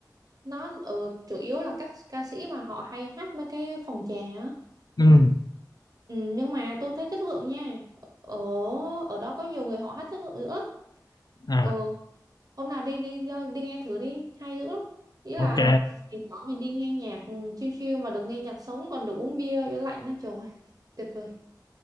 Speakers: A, on the right; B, on the left.
A: nó ở chủ yếu là các ca sĩ mà họ hay hát mấy cái phòng trà á
B: ừ
A: ừ, nhưng mà tôi thấy chất lượng nha ở ở đó có nhiều người họ hát chất lượng nữa
B: à
A: ừ hôm nào đi đi đi nghe thử đi hay dữ lắm ý là
B: ok
A: mình có mình đi nghe nhạc ừ, chill chill mà được nghe nhạc sống còn được uống bia bia lạnh nữa trời ơi, tuyệt vời